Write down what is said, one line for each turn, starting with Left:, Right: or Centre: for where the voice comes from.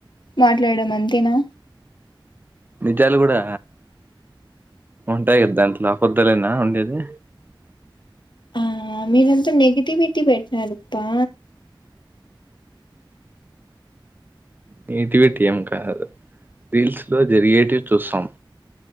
Left: మాట్లాడం అంతేనా
Right: నిజాలు కూడా ఉంటయి కదా దాంట్లో ఒక్కరేనా ఉండేది
Left: ఆ మీరంతా నెగిటివిటీ పెట్టనారుప్పా
Right: నెగిటివిటీ ఏం కాదు రీల్స్ లో జరిగేటివి చూస్తాం